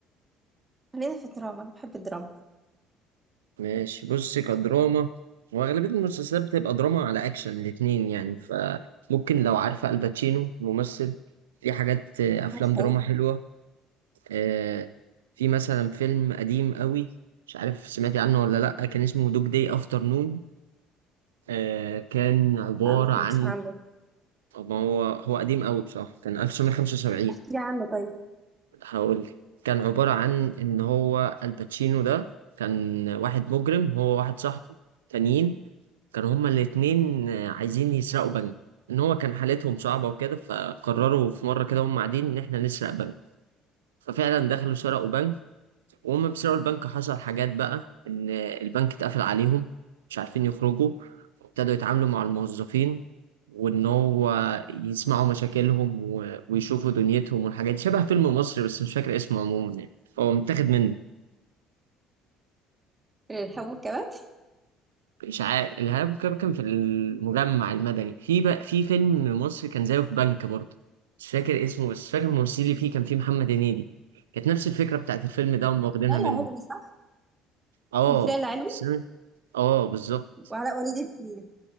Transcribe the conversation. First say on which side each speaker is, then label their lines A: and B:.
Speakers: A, on the right; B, on the right.
A: خلينا في الدراما انا بحب الدراما
B: ماشي بصي كدراما واغلبيه المسلسلات بتبقى دراما على اكشن الاتنين يعني فممكن لو عارفه الباتشينو ممثل في حاجات آه، افلام
A: عارفه
B: دراما
A: ايه
B: حلوه آه، في مثلا فيلم قديم قوي مش عارف سمعتي عنه ولا لا كان اسمه دوج داي افترنون آه، كان عباره
A: لا ما
B: عن
A: سمعتش عنه
B: طب ما هو هو قديم قوي بصراحه كان 1975
A: احكي لي عنه طيب
B: هقول لك. كان عبارة عن إن هو الباتشينو ده كان واحد مجرم هو واحد صاحبه تانيين كانوا هما الاتنين عايزين يسرقوا بنك إن هو كان حالتهم صعبة وكده فقرروا في مرة كده هما قاعدين إن إحنا نسرق بنك ففعلا دخلوا سرقوا بنك وهم بيسرقوا البنك حصل حاجات بقى ان البنك اتقفل عليهم مش عارفين يخرجوا وابتدوا يتعاملوا مع الموظفين وان هو يسمعوا مشاكلهم و- ويشوفوا دنيتهم والحاجات دي شبه فيلم مصري بس مش فاكر اسمه عموما يعني هو متاخد منه
A: إيه، الحب والكباب
B: اشعاع الارهاب كان كان في المجمع المدني في بقى في فيلم مصري كان زيه في بنك برضه مش فاكر اسمه بس فاكر الممثل اللي فيه كان فيه محمد هنيدي كانت نفس الفكره بتاعت الفيلم ده هم واخدينها
A: هلا
B: منه
A: علوي صح
B: اه
A: كان في ليلى علوي
B: بس- اه بالظبط
A: وعلاء ولي الدين